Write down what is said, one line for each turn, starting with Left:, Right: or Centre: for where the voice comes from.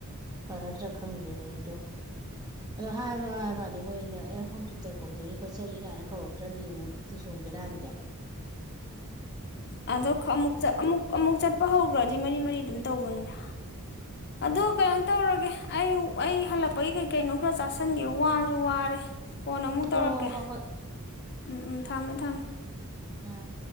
Right: ꯐꯔꯠꯇ꯭ꯔꯥ ꯈꯪꯗꯦꯅꯦ ꯑꯗꯣ ꯑꯗꯣ ꯍꯥꯏꯕ ꯍꯥꯏꯕꯅꯤ ꯃꯣꯏꯅ ꯑꯦ ꯍꯣꯝ ꯊꯤꯨꯇꯔ ꯀꯧꯖꯔꯤ ꯈꯣꯠꯆꯔꯤ ꯀꯥꯏꯅ ꯀꯧꯔꯛꯇ꯭ꯔꯗꯤ ꯑꯃꯨꯛ ꯑꯗꯨ ꯆꯣꯡꯒꯦꯔꯥꯅꯤꯗꯣ
Left: ꯑꯗ ꯑꯃꯨ ꯑꯃꯨꯛ ꯑꯃꯨꯛ ꯆꯠ ꯂꯄ ꯍꯧꯈ꯭ꯔꯗꯤ ꯃꯔꯤ ꯃꯔꯤ ꯑꯗꯨꯝ ꯇꯧꯕꯅꯤꯗ ꯑꯗꯣ
Right: ꯑꯣ
Left: ꯀꯩꯅꯣ ꯇꯧꯔꯒꯦ ꯑꯩ ꯑꯩ ꯍꯜꯂꯛꯄꯒꯤ ꯀꯩ ꯀꯩꯅꯣ ꯈꯔꯥ ꯆꯥꯥꯁꯟꯒꯦ ꯋꯥꯁꯨ ꯋꯥꯔꯦ ꯐꯣꯟ ꯑꯃꯨꯛ ꯇꯧꯔꯛꯀꯦ
Right: ꯍꯣ ꯍꯣ ꯍꯣ ꯍꯣꯏ
Left: ꯎꯝ ꯎꯝ ꯊꯝꯃꯦ ꯊꯝꯃꯦ
Right: ꯑꯥ